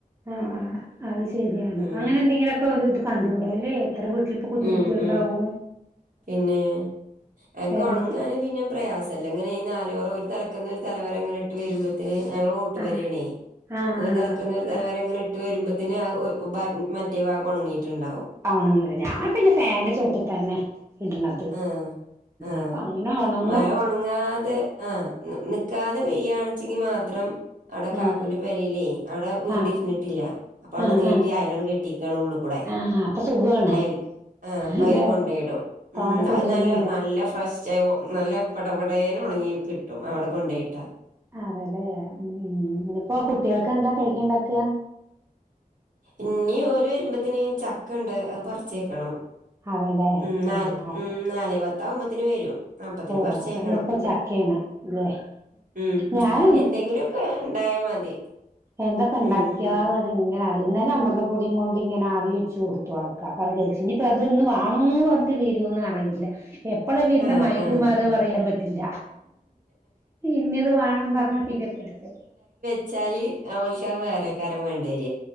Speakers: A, on the right; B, on the right.
A: ആഹ് അത് ശരിയാണ്
B: ഉം
A: അങ്ങനെ എന്തെങ്കിലുംക്കെ ഇത് കണ്ടുകൂട അല്ലെ ഇത്ര വീട്ടിപ്പപ്പോ കുഞ്ഞുട്ടികളണ്ടാവും
B: ഉം ഉം പിന്നെ എനക്ക്
A: എന്നിട്ട്
B: ഉണങ്ങാന് പിന്നെ പ്രയാസം അല്ലേ അങ്ങനെ ഈ നാലോറ ഒരു തലക്കന്ന് ഒരു തലവരംങ്ങന ട്ട് വരുമ്പോന് ഞങ്ങൾ വോട്ട്
A: ആഹ്
B: വരയണേ
A: ആഹ്
B: അപ്പോ ഇത് നടക്കുന്ന
A: അപ്പൊ പിന്നെ
B: ഒരു തലവരങ്ങനെ ഇ്ട്ട് വരുമ്പോത്തന് മറ്റോഗ ഉണങ്ങിയിട്ടുണ്ടാവും
A: ആണന്ന് ഞാൻ പിന്നെ ഫാന്റെ ചോട്ട തന്നെ ഇടണത്
B: ആഹ് ആഹ്
A: അപ്പൊ അങ്ങനെ ഒണങ്ങും
B: മഴ ഒണങ്ങാതെ ആഹ് നിക്കാതെ പെയ്യയാണച്ചെങ്കി മാത്രം അവിടെ
A: ആഹ്
B: കാക്കുന്റെ പേരില്ലേ അവിടെ വീട്
A: ആഹ്
B: ഇരുന്നിട്ടില്ല അപ്പൊ അവിടെ
A: ആഹ്
B: നീട്ടി
A: ആഹ്
B: അയാലോണ് കെട്ടിയിക്കാണ് ഉുള്ള കൂടെ
A: ആഹ് അപ്പൊ സുഖാണ്
B: അയൽ ആഹ് അപ്പയില്
A: അല്ലെ
B: കൊണ്ടയിടും
A: തോനെ
B: ഉം
A: തുണികളും
B: അത് നല്ല നല്ല.
A: ഇടാ
B: നല്ല ഫ്രഷ് ആയി നല്ല പടപടയേന ഉണങ്ങി കിട്ടും അവിടെ കൊണ്ടോയിട്ടാ.
A: അതല്ലെ ഉം ഇനിയിപ്പോ കുട്ട്യേൾക്ക് എന്താ കഴിക്കണ്ടാക്ക.
B: ഇഞ്ഞി ഓല് വരുമ്പോത്തിന് ചക്കണ്ട് അത് പറിച്ചേക്കണം.
A: അതെല്ലേ
B: ഉം നാല്
A: ആഹ് അപ്പ
B: ഉം നാലേ പത്താവുമ്പത്തിന് വരും. അപ്പത്തിന്
A: ഓ
B: പറിച്ചേക്കണം
A: അപ്പൊ ഇന്നിപ്പോ ചക്കയാണ് ല്ലേ
B: ഉം
A: ഞാന്
B: എന്തെങ്കിലുക്കെ ഉണ്ടായാൽ മതി. <unintelligible>
A: എന്തപ്പണ്ടാക്കിയ.
B: ഉം
A: ഇങ്ങനെ ഇന്നലെ അമൃതപ്പൊടിയും കൊണ്ട് ഇങ്ങെനെ ആവി വെച്ച് കൊടുത്തു ആൾക് അപ്പ അത് കഴിച്ച് ഇനിപ്പ അത്ന് വാണോ. വരുവോന്ന് അറിയില്ല എപ്പള വരുന്നമായി
B: ആഹ്
A: മൈൻ്റ്മാറ്
B: ആഹ്
A: പറയാപറ്റില്ല ഇന്നത് വേണം പറഞ്ഞാ പിന്നെ പിടിച്.
B: വച്ചാല് ഒൾക്കാ വേറെകാരം വേണ്ടര